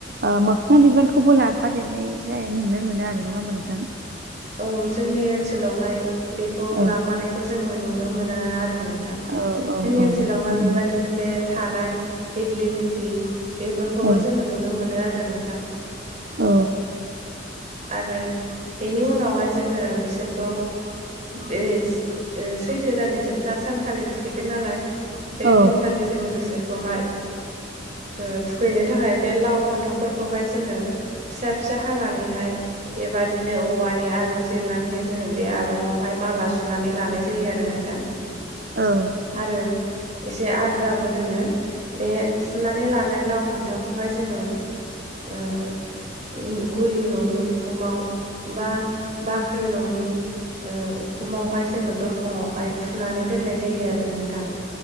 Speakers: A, on the right (about 55°); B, on the right (about 40°).
A: ओ मोख्ना बिबारखौबो लाफा देरनाय जाय नुनो मोनो आरो नङा होमबा नोंथां?
B: औ जोंनि ओनसोलावहाय बेखौ
A: औ
B: लाफानायखौ जोङो नुनो मोना आरो नों थां
A: औ औ
B: जोंनि
A: औ
B: ओनसोलावहाय
A: थारैनो
B: बेबायदिनो बे थाराय देग्लि लिथि बेफोरखौल'
A: औ
B: जोङो नुनो मोनो आरो नोंथां।
A: औ।
B: आरो बेनि उनावहाय जोङो बिसोरखौ बेज ओ सैथो दाननि जोबथा सानखालि थुखैगोन नालाय बे
A: औ
B: दिनखालि जोङो बिसोरखौहाय ओ थुखैनो थाखाय बे लाव फान्थावफोरखौहाय जोङो फिसा फिसा हानानैहाय बेबादिनो औवानि आरुं जिरनानैहाय जोङो बे आरुंआवहाय माला सु सुनानै लानाय जायो आरो नोंथां।
A: औ।
B: आरो एसे आद्राबो दोङो बे सुनानै लानाय लाव फान्थावखौहाय जोङो ओ उम गलि न नि उखुमाव बा बाख्रि न नि ओ उखुमावहाय जोङो दरखं आवहाय थुनानै दोननाय जायो आरो नोंथां